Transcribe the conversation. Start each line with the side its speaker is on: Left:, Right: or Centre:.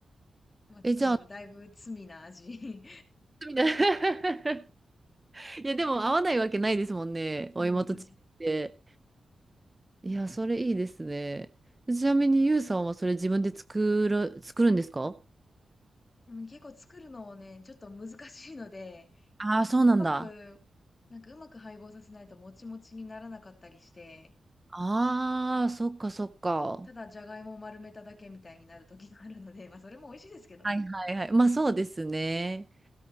Left: まあ、でだいぶ罪な味。
Right: え、じゃあ、
Left: <laughs>
Right: みたいな <laughs> いや、でも合わないわけないですもんね。お芋と違って。
Left: うんうん。
Right: いや、それいいですね。ちなみに、ゆうさんはそれ自分で作る、作るんですか
Left: でも結構作るのをね、ちょっと難しいので、
Right: ああー、
Left: あの、
Right: そうなんだ。
Left: うまく、なんかうまく配合させないともちもちにならなかったりして、
Right: ああ、そっかそっか。
Left: ただじゃがいもを丸めただけみたいになる時があるので、まあそれも美味しいですけど。
Right: はいはいはい。まあそうですね。